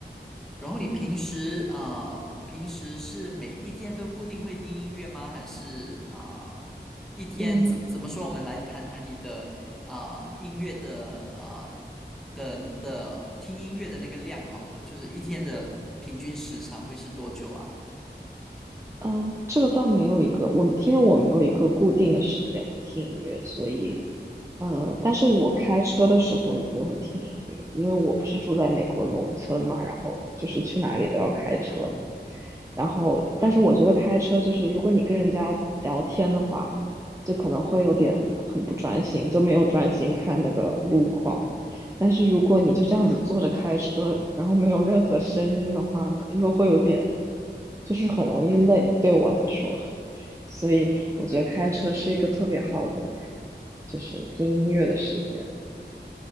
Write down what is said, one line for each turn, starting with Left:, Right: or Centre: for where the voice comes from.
Centre: 然后你平时啊、呃平时是每一天都固定会听音乐吗？还是啊、呃一天怎怎么说？
Right: 我们
Centre: 我们来谈谈你的啊、呃音乐的啊、呃的的听音乐的那个量好了，就是一天的平均时长会是多久啊？
Right: 呃，这个倒没有一个，我们因为我没有一个固定的时间会听音乐，所以呃，但是我开车的时候一定会听音乐，因为我不是住在美国农村嘛，然后就是去哪里都要开车嘛，
Centre: 嗯
Right: 然后，但是我觉得开车就是，
Centre: 嗯
Right: 如果你跟人家聊天的话，就可能会有点很不专心，就没有专心看那个路况。但是如果你就这样子坐着开车，
Centre: 嗯，
Right: 然后没有任何声音的话呢，又会有点，就是很容易累，对我来说。所以我觉得开车是一个特别好的，
Centre: 对对。
Right: 就是听音乐的时间。